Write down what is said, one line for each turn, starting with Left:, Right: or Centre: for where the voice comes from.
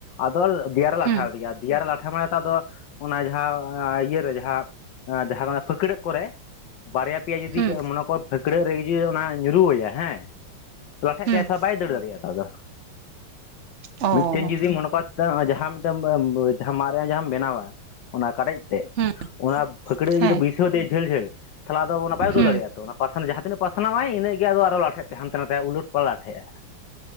Left: ᱟᱫᱚ ᱫᱮᱭᱟᱨᱮ ᱞᱟᱴᱷᱟ
Right: ᱦᱩᱸ
Left: ᱟᱫᱮᱜᱮ ᱫᱮᱭᱟ ᱨᱮ ᱞᱟᱴᱷᱟ ᱢᱟᱱᱮ ᱛᱚ ᱟᱫᱚ ᱚᱱᱟ ᱡᱟᱦᱟᱸ ᱤᱭᱟᱹ ᱨᱮ ᱡᱟᱦᱟᱸ ᱡᱟᱦᱟᱸ ᱯᱷᱟᱹᱠᱲᱟᱹᱜ ᱠᱚᱨᱮ ᱵᱟᱨᱭᱟ ᱯᱮᱭᱟ ᱡᱩᱫᱤ
Right: ᱦᱩᱸ
Left: ᱢᱚᱱᱮ ᱠᱚᱨ ᱯᱷᱟᱹᱠᱲᱟᱹᱜ ᱨᱮ ᱤᱹᱭᱟ ᱚᱱᱟ ᱧᱩᱨᱩᱣ ᱟᱭᱟ ᱦᱮᱸ ᱞᱟᱴᱷᱟᱜ
Right: ᱦᱩᱸ
Left: ᱛᱟᱭᱟ ᱛᱚ ᱵᱟᱭ ᱫᱟᱹᱲ ᱫᱟᱲᱮᱭᱟᱜᱼᱟ ᱛᱚ ᱟᱫᱚ
Right: ᱚ
Left: ᱢᱤᱫᱴᱟᱝ ᱡᱩᱫᱤ ᱢᱚᱱᱮ ᱠᱟᱡ ᱫᱟ ᱡᱟᱦᱟᱸ ᱢᱤᱫᱴᱟᱝ ᱡᱟᱦᱟᱸ ᱢᱟᱨᱮᱭᱟᱜ ᱡᱟᱦᱟᱸᱟᱢ ᱵᱮᱱᱟᱣᱟ ᱚᱱᱟ ᱠᱟᱰᱮᱡ ᱛᱮ
Right: ᱦᱩᱸ
Left: ᱚᱱᱟ ᱯᱷᱟᱹᱠᱲᱟᱹᱜ
Right: ᱦᱮᱸ
Left: ᱡᱩᱫᱤ ᱵᱟᱹᱭᱥᱟᱹᱣ ᱟᱫᱮᱭᱟ ᱡᱷᱟᱹᱞᱼᱡᱷᱟᱹᱞ ᱛᱟᱦᱮᱞᱮ ᱟᱫᱚ ᱚᱱᱟ ᱵᱟᱭ ᱩᱰᱟᱹᱣ
Right: ᱦᱩᱸ
Left: ᱫᱟᱲᱮᱭᱟᱜᱼᱟ ᱛᱚ ᱯᱟᱥᱟᱞ ᱡᱟᱦᱟᱸ ᱛᱤᱱᱟᱹᱜ ᱯᱟᱥᱱᱟᱣᱟᱭ ᱤᱱᱟᱹᱜᱮ ᱟᱫᱚ ᱟᱨᱚ ᱞᱟᱴᱷᱟᱜ ᱛᱟᱭᱟ ᱦᱟᱱᱛᱮ ᱱᱟᱛᱮ ᱩᱞᱟᱹᱴ ᱯᱟᱞᱟᱴᱷᱮᱜᱼᱟᱭ